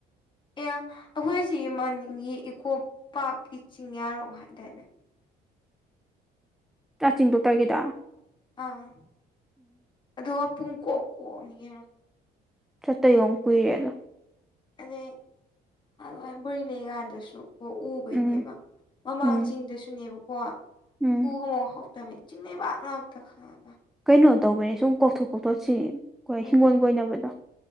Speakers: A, on the left; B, in the centre.
A: ꯑꯦ ꯑꯩꯈꯣꯏꯁꯤ ꯃꯅꯤꯡꯒꯤ ꯏꯀꯣ ꯄꯥꯔꯛꯀꯤ ꯆꯤꯡꯌꯥꯔꯣꯝ ꯍꯥꯏꯇꯥꯔꯅꯦ
B: ꯆꯥꯛ ꯆꯤꯡ ꯗꯣꯛꯇꯔꯒꯤꯗ
A: ꯑꯥ ꯑꯗꯨ ꯑ ꯄꯨꯡ ꯀꯣꯛ ꯀꯣꯛꯅꯤꯌꯦ
B: ꯆꯠꯇꯌꯣ ꯀꯨꯏꯔꯦꯗ
A: ꯑꯗ ꯂꯕꯔꯤ ꯂꯩ ꯀꯥꯟꯗꯁꯨ ꯀꯣ ꯎꯈꯩꯅꯦꯕ
B: ꯎꯝ
A: ꯃꯃꯥꯡ
B: ꯎꯝ
A: ꯆꯤꯡꯗꯁꯨꯅꯦꯕꯀꯣ
B: ꯎꯝ
A: ꯎ ꯑꯃ ꯍꯥꯎ ꯇꯃꯤꯛ ꯆꯤꯡ ꯂꯩꯕꯥꯛ ꯉꯥꯛꯇ ꯈꯥꯕ
B: ꯀꯩꯅꯣ ꯇꯧꯕꯅꯦ ꯁꯨꯝ ꯀꯧꯊꯣꯛ ꯀꯧꯊꯣꯛꯁꯤ ꯑꯩꯈꯣꯏ
A: ꯎꯝ
B: ꯍꯤꯡꯒꯣꯜꯒꯣꯏꯅꯕꯗꯣ